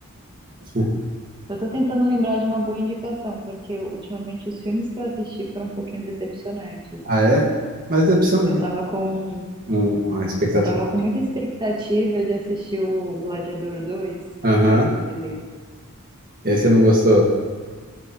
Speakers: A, on the right; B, on the right.
A: <laughs>
B: eu tô tentando lembrar de uma boa indicação, porque ultimamente os filmes que eu assisti foram um pouquinho decepcionantes.
A: Ah, é? Mas decepção...
B: Eu tava com
A: Hum, a expectativa.
B: Eu tava com muita expectativa de assistir o Gladiador dois.
A: Aham.
B: Não sei se você viu.
A: E aí você não gostou?